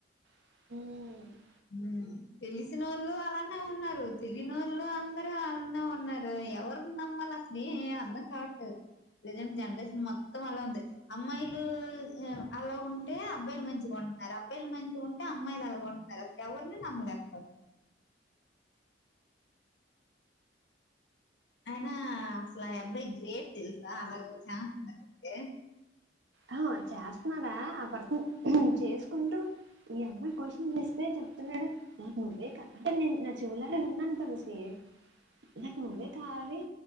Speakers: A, on the right; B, on the left.
A: హ్మూ
B: ఉ తెలిసినోళ్ళు అలానే ఉన్నారు తెలియని వాళ్ళు అందరు అలానే ఉన్నారు ఎవరు నమ్మళ అసలు అర్ధం కావట్లేదు ప్రెజెంట్ జనరేషన్ మొత్తం అలా ఉంది అమ్మాయిలు అలా ఉంటే అబ్బాయిలు మంచిగా ఉంటున్నారు అబ్బాయిలు మంచిగా ఉంటే అమ్మాయిలు అలాగ ఉన్ ఎవరినీ నమ్మలేకపోత ఐన అసలు ఆ అబ్బాయి గ్రేట్ తెలుసా అలాగ చాన్స్ దొరికితే
A: ఆ చేస్తన్నాడా ఆ పర్సన్ చేసుకుంటూ ఈ అమ్మాయి క్వశ్చన్ చేస్తే చెప్తున్నాడు నాకు నువ్వే అంటే నేను నా చెవులారే విన్నాను తెలిసి నాకు నువ్వే కావాలి